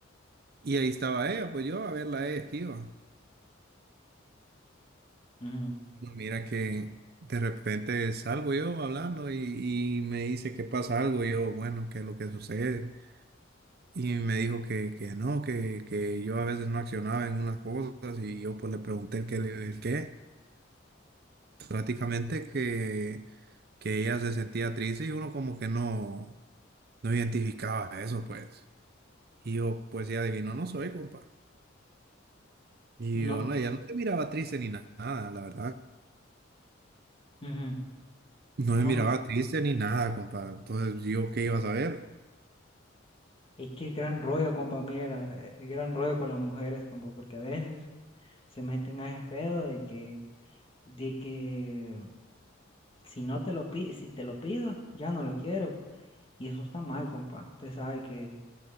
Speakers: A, on the right; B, on the left.
A: y ahí estaba ella, pues yo a verla a ella esquiva.
B: ujú.
A: No, Mira que de repente salgo yo hablando y, y me dice que pasa algo, y yo, bueno, ¿qué es lo que sucede? Y me dijo que, que no, que, que yo a veces no accionaba en unas cosas y yo pues le pregunté el qué, el qué. Prácticamente que, que ella se sentía triste y uno como que no, no identificaba eso, pues. Y yo, pues ya adivino, no soy, compa. Y
B: No.
A: yo, no, ella no se miraba triste ni na- nada, la verdad.
B: Ujú.
A: No
B: No,
A: se miraba triste ni nada, compa. Entonces, yo, ¿qué iba a saber?
B: Es que gran rollo, compa, mira, eh, eh, gran rollo con las mujeres, compa, porque a veces se meten a ese pedo de que, de que mm, si no te lo pi- si te lo pido, ya no lo quiero. Y eso está mal, compa. Usted sabe que,